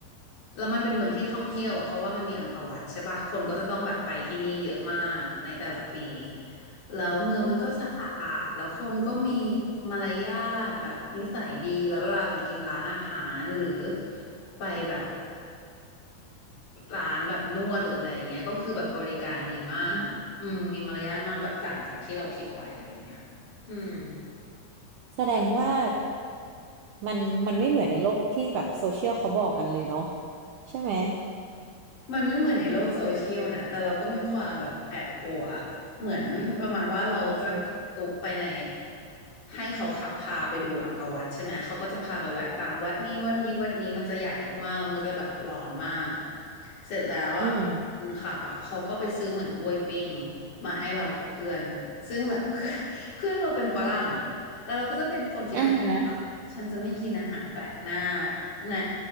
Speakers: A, on the left; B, on the right.
A: แล้วมันเป็นเมืองที่ท่องเที่ยวอะเพราะว่ามันมีอังกอร์วัดใช่ปะคนก็จะต้องแบบไปที่นี่เยอะมากในแต่ละปี แล้วเมืองมันก็สะอาดแล้วคนก็มีมารยาทแบบนิสัยดี แล้วเวลาไปกินร้านอาหารหรือไปแบบร้านแบบนวดหรืออะไรอย่างเงี้ยก็คือแบบบริการดีมากอืมมีมารยาทมากแบบต่างจากที่เราคิดไว้อะไรอย่างเงี้ยอืม
B: อืมแสดงว่ามันมันไม่เหมือนในโลกที่แบบโซเชียลเขาบอกกันเลยเนาะใช่ไหม
A: มันไม่เหมือนในโลกโซเชียลนะ แต่เราก็มีความแบบแอบกลัว เหมือนประมาณว่าเราจ้างตุ๊กๆไปใน
B: อ่า
A: ให้เขาขับพาไปดูอังกอร์วัดใช่ไหม เขาก็จะพาไปแวะตามวัดนี้วัดนี้วัดนี้มันจะใหญ่มากๆแล้วมันก็จะแบบร้อนมาก เสร็จแล้วอ่ะคนขับอ่ะเขาก็ไปซื้อเหมือนกล้วยปิ้ง
B: อืม
A: มาให้เรากับเพื่อน ซึ่งแบบเพื่อน <laughs> เพื่อนเราเป็นฝรั่งอ่ะแล้วเราก็จะเป็นคนคิดประมาณว่าฉันจะไม่กินอาหารแปลกหน้า
B: อ่าฮะ
A: ใน